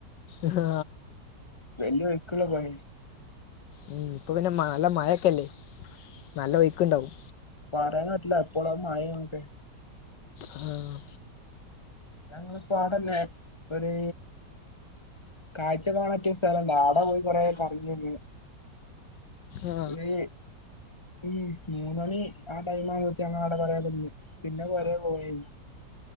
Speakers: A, on the left; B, on the left.
A: ആഹ്
B: വല്യ ഒഴുക്കുള്ള പുഴ
A: ഉം ഇപ്പൊ പിന്നെ നല്ല മഴൊക്കെല്ലേ നല്ല ഒഴ്ക്ക്ണ്ടാവും
B: പറയാൻ പറ്റില്ല എപ്പോളാ മഴന്നോക്കെ
A: ആഹ്
B: ഞങ്ങളെപ്പാടന്നെ ഒര് കാഴ്ച കാണാൻ പറ്റിയ സ്ഥലം ആട പോയി കൊറേ കറങ്ങി വന്ന്
A: ആ
B: പിനീ ഉം മൂന്ന് മണി ആ ടൈം ആകുമ്പത്തിന് ഞങ്ങള് അവിടെ കൊറേ നിന്ന് പിന്നെ പോരെ പോയി